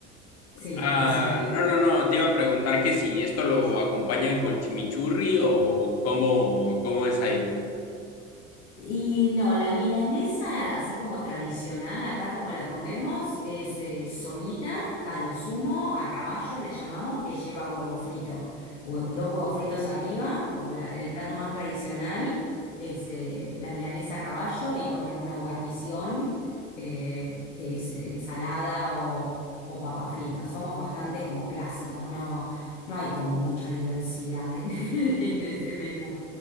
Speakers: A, on the left; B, on the left.
A: sí,
B: Ah,
A: decime.
B: no, no, no, te iba a preguntar que si esto lo acompañan con chimichurri o cómo, cómo es ahí.
A: Y no, la milanesa, así como tradicional, acá como la comemos, es eh, solita, a lo sumo, a caballo le llamamos, que lleva huevo frito, hue- dos huevos fritos arriba, como la- el plato más tradicional, es eh, la milanesa a caballo y con alguna guarnición, eh, que es ensalada o, o papa frita. Somos bastante como clásicos, no, no hay como mucha diversidad en <laughs> en ese menú.